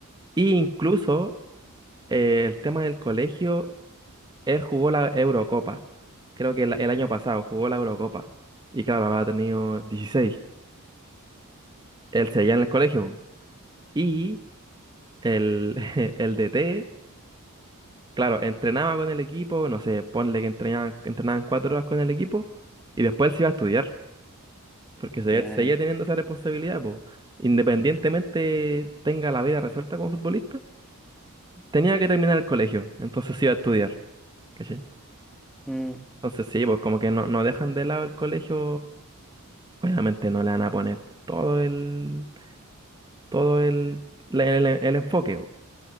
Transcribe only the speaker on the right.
Y incluso eh, el tema del colegio, él jugó la Eurocopa. Creo que el, el año pasado jugó la Eurocopa. Y claro, había tenido dieciséis Él seguía en el colegio. po. Y el, <laughs> el DT, claro, entrenaba con el equipo, no sé, ponle que entrenaban, entrenaban cuatro horas con el equipo y después él se iba a estudiar. Porque se,
seguía
teniendo esa responsabilidad, pues. Independientemente tenga la vida resuelta como futbolista, tenía que terminar el colegio, entonces iba a estudiar, ¿cachai?
Entonces sí, pues como que no, no dejan de lado el colegio, obviamente no le van a poner todo el, todo el, la- el, el enfoque, po.